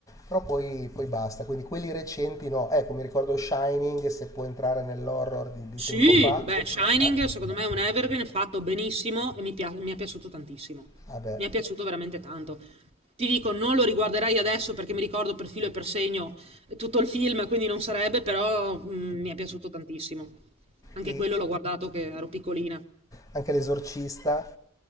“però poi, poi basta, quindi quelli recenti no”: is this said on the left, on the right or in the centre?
Left